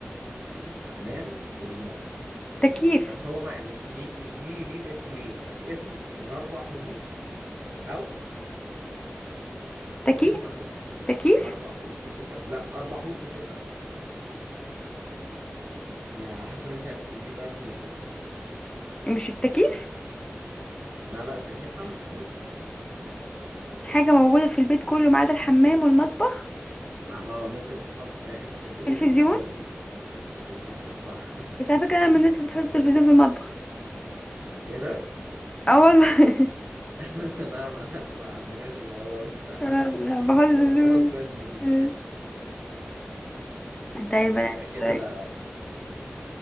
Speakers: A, on the right; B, on the left.
A: الحمام والمطبخ
B: تكييف
A: بس هو يعني ليه ليه ليه ليه اسمين يعني اسم من أربع حروف أو
B: تكييف
A: أو ست حروف
B: تكييف
A: أربع حروف يا ست لا أربع حروف يا ست حروف يعني على حسب انت هتقوليه بأنهي طريقة
B: مش التكييف
A: لا لا التكييف خمس حروف
B: حاجة موجودة في البيت كله ما عدا الحمام والمطبخ
A: مع اه ممكن تتحط في اي حتة في البيت
B: تلفزيون
A: ما عدا التلفزيون صح
B: بس على فكرة أنا من الناس اللي بتحط التلفزيون في المطبخ
A: <laughs> ايه ده
B: اه والله <laughs>
A: <laughs> لا ما ما عندناش الموضوع ده
B: آه، لا
A: <laughs>
B: بحط التلفزيون
A: بس خلاص كويس انك جبتيها
B: مم. طيب
A: آه
B: أنا هسألك.
A: كده